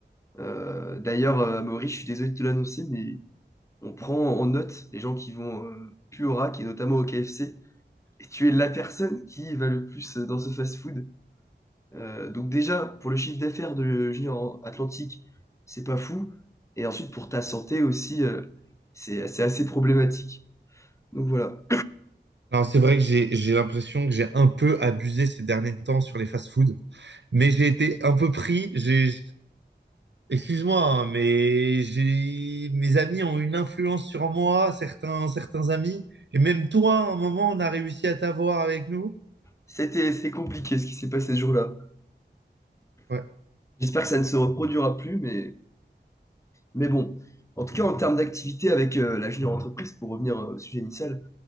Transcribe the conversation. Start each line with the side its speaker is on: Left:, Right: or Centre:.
Left: Euh, d'ailleurs, euh, Amaury, je suis désolé de te l'annoncer, mais on prend en note les gens qui vont euh, plus au rack et notamment au KFC. Et tu es la personne qui va le plus euh, dans ce fast-food. Euh, donc déjà, pour le chiffre d'affaires de Junior Atlantique, c'est pas fou. Et ensuite, pour ta santé aussi, euh, c'est c'est assez problématique. Donc voilà,
Right: Alors, c'est vrai que j'ai j'ai l'impression que j'ai un peu abusé ces derniers temps sur les fast-foods, mais j'ai été un peu pris. J'ai, excuse-moi, hein, mais j'ai mes amis ont une influence sur moi, certains certains amis, et même toi, à un moment, on a réussi à t'avoir avec nous.
Left: c'était c'était compliqué ce qui s'est passé ce jour-là.
Right: Ouais.
Left: J'espère que ça ne se reproduira plus, mais Mais bon, en tout cas, en termes d'activité avec euh, la junior entreprise, pour revenir euh, au sujet initial,